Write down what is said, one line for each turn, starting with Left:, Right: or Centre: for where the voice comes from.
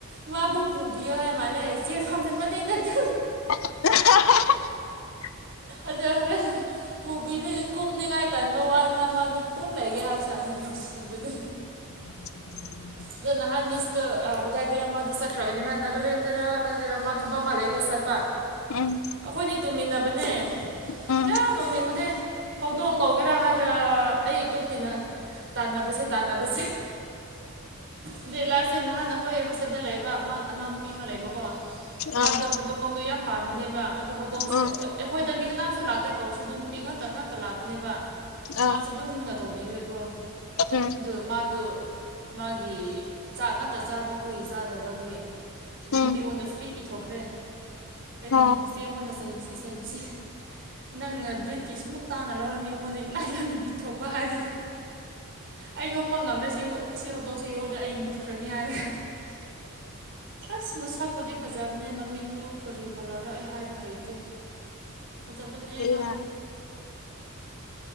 Right: ꯃꯥꯕꯨ ꯄꯨꯕꯤꯌꯣ ꯍꯥꯏ ꯃꯥꯜꯂꯦ ꯆꯦ ꯐꯅ ꯃꯅꯤꯡꯗꯗꯤ
Left: <inaudible>
Right: ꯑꯗꯔꯦ ꯀꯣꯕꯤꯅ ꯀꯨꯝꯅꯤꯡꯉꯥꯏ ꯇꯟꯕ ꯋꯥꯅꯤꯅ ꯃꯥꯗꯣ ꯑꯗꯨꯝ ꯂꯩꯒꯦ ꯍꯥꯏꯔꯁꯨꯔꯅ ꯅꯨꯡꯁꯤꯕꯗ
Left: ꯎꯝ
Right: ꯑꯗꯨ ꯅ ꯍꯥꯟ ꯃꯅꯤꯁ ꯍꯥꯏꯒꯗꯗꯔꯃ ꯑꯗꯨ ꯁꯈ꯭ꯔꯕꯅꯤ ꯅꯒꯂꯦꯟꯗ꯭ꯔꯗꯔꯃ ꯊꯕ ꯃꯂꯦꯕꯤ ꯈꯠꯇ
Left: ꯎꯝ
Right: ꯑꯩꯈꯣꯏꯅꯤ ꯇꯨꯝꯃꯤꯟꯅꯕꯅꯦ
Left: ꯎꯝ
Right: ꯌꯥ ꯅꯧꯅꯤꯡꯕꯗꯤ ꯍꯧꯗꯣꯡ ꯀꯧꯒꯦꯔꯥ ꯍꯥꯏꯔ ꯑꯩ ꯇꯣꯟꯇꯤꯅ ꯇꯥꯟꯅꯕꯁꯦ ꯇꯥꯟꯅꯕꯁꯦ ꯑꯗꯂꯥꯥꯁꯦ ꯅꯍꯥꯟ ꯑꯩꯈꯣꯏ ꯍꯣꯁꯇꯦꯜꯗ ꯂꯩꯕ ꯑꯅꯥꯎ ꯅꯨꯨꯄꯤ ꯑꯃ ꯂꯩꯕꯀꯣ ꯃꯗꯨ
Left: ꯑꯥ
Right: ꯍꯧꯗꯗꯨ ꯌꯥꯝ ꯄꯥꯝꯕꯅꯦꯕ ꯑꯗꯨ ꯍꯧꯗꯣꯡꯁꯨ
Left: ꯎꯝ
Right: ꯑꯩꯈꯣꯏꯗ ꯃꯤ ꯀꯅꯥꯝꯁꯨ ꯂꯥꯇꯦ ꯀꯧꯁꯨ ꯑꯗꯨ ꯅꯨꯄꯤ ꯉꯥꯛꯇ ꯉꯥꯛꯇ ꯂꯥꯥꯛꯄꯅꯦꯕ ꯃꯥꯁꯨ
Left: ꯑꯥ
Right: ꯑꯗꯨꯝ ꯂꯨꯅ ꯇꯧꯕꯤꯌꯦꯀꯣ
Left: ꯎꯝ
Right: ꯑꯗꯨ ꯃꯥꯗꯣ ꯃꯥꯒꯤ ꯆꯥꯛ ꯉꯥꯛꯇ ꯆꯥꯕ ꯑꯩꯈꯣꯏꯒꯤ ꯆꯥꯗꯕ ꯑꯗꯨꯌꯦ ꯑꯗꯨ
Left: ꯎꯝ
Right: ꯅꯨꯄꯤ ꯑꯩꯉꯣꯟꯗ ꯐ꯭ꯔꯤ ꯄꯤꯊꯣꯛꯈ꯭ꯔꯦ ꯑꯩꯅ
Left: ꯑꯣ
Right: ꯏꯆꯦ ꯑꯩꯉꯣꯟꯗ ꯆꯩ ꯁꯤ ꯆꯩꯕꯁꯤ ꯅꯪꯅ ꯕ꯭ꯔꯤꯠꯀꯤ ꯁꯤꯃꯨꯛ ꯇꯥꯡꯉ ꯂꯧꯔꯝꯃꯤ ꯑꯩꯉꯣꯟꯗ ꯏꯂꯥꯏ ꯂꯥꯏꯅ ꯄꯤꯊꯣꯛꯄ ꯍꯥꯏꯔꯒ ꯑꯩ ꯌꯣꯛꯄ ꯉꯝꯗꯔꯦ ꯁꯤ ꯁꯤ ꯍꯧꯗꯣꯡꯁꯤꯦ ꯌꯣꯛꯎꯨꯗꯅ ꯑꯩ ꯃꯨꯠꯈ꯭ꯔꯅꯤ ꯍꯥꯏꯔꯣꯏ ꯑꯁ ꯃꯁꯛꯄꯨꯗꯤ ꯐꯖꯕꯅꯦ ꯃꯃꯤꯠꯇꯨ ꯀꯔꯤ ꯀꯣꯂꯔꯛꯑ ꯍꯥꯏꯕ ꯍꯩꯇꯦ
Left: <inaudible>
Right: ꯐꯖꯕꯅꯦ
Left: ꯑꯩꯌꯥ
Right: ꯃꯥꯗ